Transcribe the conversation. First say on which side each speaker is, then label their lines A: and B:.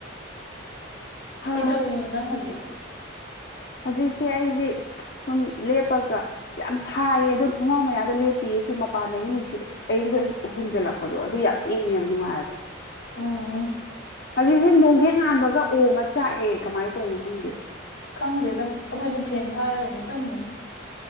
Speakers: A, on the left (about 50°); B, on the left (about 80°).
A: ꯍꯥ
B: ꯀꯩꯗꯧꯔꯤꯅꯣ ꯅꯪ ꯍꯧꯖꯤꯛ
A: ꯍꯧꯖꯤꯛꯁꯦ ꯑꯩꯁꯤ ꯁꯨꯝ ꯂꯦꯞꯄꯒ ꯌꯥꯝ ꯁꯥꯏꯌꯦ ꯑꯗꯨ ꯊꯣꯡꯅꯥꯎ ꯃꯌꯥꯗ ꯂꯦꯞꯄꯤꯌꯦ ꯁꯨꯝ ꯃꯄꯥꯟꯗꯒꯤ ꯅꯨꯡꯁꯤꯠ ꯑꯌꯤꯡꯕ ꯍꯨꯝꯖꯤꯜꯂꯛ ꯄꯗꯨ ꯑꯗꯨ ꯌꯥꯝ ꯏꯪꯉꯦ ꯅꯨꯡꯉꯥꯏꯌꯦꯕ
B: ꯎꯝ
A: ꯍꯧꯖꯤꯛꯁꯤ ꯅꯣꯡ ꯍꯦꯛ ꯉꯥꯟꯕꯒ ꯑꯣꯝꯃ ꯆꯥꯛꯑꯦ ꯀꯃꯥꯏꯅ ꯇꯧꯔꯤꯅꯣ ꯈꯪꯗꯦ
B: ꯈꯪꯗꯦꯗ ꯑꯩꯈꯣꯏꯁꯨ ꯐꯦꯟ ꯊꯥꯔꯒꯅꯦ ꯇꯨꯝꯃꯤꯁꯤ